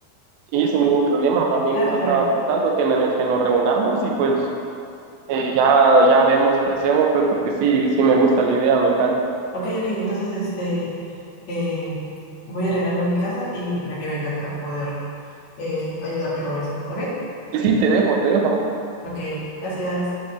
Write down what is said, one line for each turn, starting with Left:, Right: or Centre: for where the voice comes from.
Right: Y sin ningún problema, también
Left: Claro,
Right: eso
Left: claro.
Right: estaba pensando, que nos, que nos reunamos y pues eh, ya, ya vemos qué hacemos, pues porque sí, sí me gusta la idea, me encanta.
Left: Ok, ok, entonces este, em, voy arreglando mi casa y para que vengas a poder eh, ayudarme con eso, ¿ok?
Right: Y sí, te dejo, te dejo.
Left: Ok, gracias.